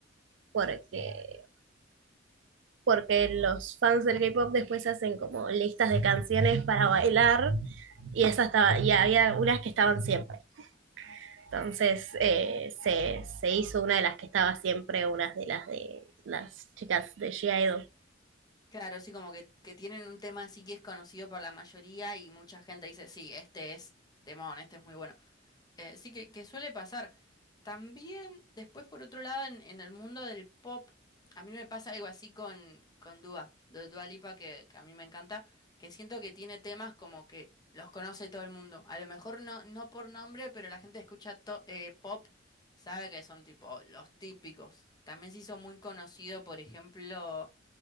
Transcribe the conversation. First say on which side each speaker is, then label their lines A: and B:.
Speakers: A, on the right (about 70°); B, on the left (about 20°).
A: porque, porque los fans del K-pop después hacen como listas de canciones para bailar y esa estaba, y había unas que estaban siempre. Entonces eh, se, se hizo una de las que estaba siempre, unas de las de las chicas de G-Idol.
B: Claro, sí, como que, que tienen un tema así que es conocido por la mayoría y mucha gente dice, sí, este es temón, este es muy bueno. Eh, sí que, que suele pasar. También, después, por otro lado, en, en el mundo del pop, a mí me pasa algo así con, con Dua, de Dua Lipa, que, que a mí me encanta, que siento que tiene temas como que los conoce todo el mundo. A lo mejor no, no por nombre, pero la gente escucha to- eh, pop, sabe que son tipo los típicos. También se hizo muy conocido, por ejemplo,